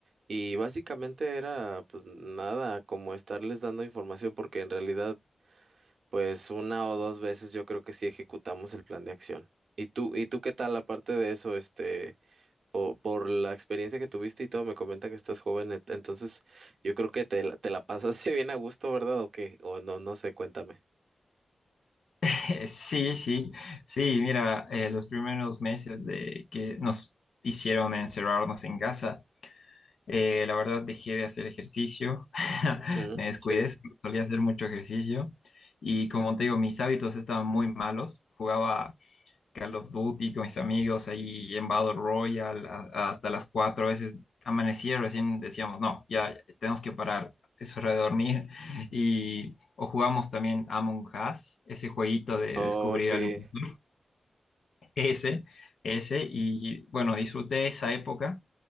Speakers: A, on the right (about 55°); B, on the left (about 65°).
A: Y básicamente era pues nada, como estarles dando información porque en realidad Pues una o dos veces yo creo que sí ejecutamos el plan de acción. ¿Y tú, y tú qué tal aparte de eso, este, o por la experiencia que tuviste y todo, me comenta que estás joven, et- entonces yo creo que te, la- te la pasaste <laughs> bien a gusto, ¿verdad? ¿O qué? O no, no sé, cuéntame.
B: <laughs> Sí, sí, sí, mira, eh, los primeros meses de que nos hicieron encerrarnos en casa, eh, la verdad dejé de hacer ejercicio, <laughs>
A: Ujú,
B: me descuidé,
A: sí.
B: solía hacer mucho ejercicio y como te digo, mis hábitos estaban muy malos, jugaba Call of Duty con mis amigos ahí en Battle Royale a- hasta las 4 a veces amanecía, recién decíamos, no, ya tenemos que parar, es hora de dormir. <laughs> Y, o jugamos también Among Us, ese jueguito de
A: Oh,
B: descubrir
A: sí.
B: al impostor, <laughs> ese, ese, y bueno, disfruté esa época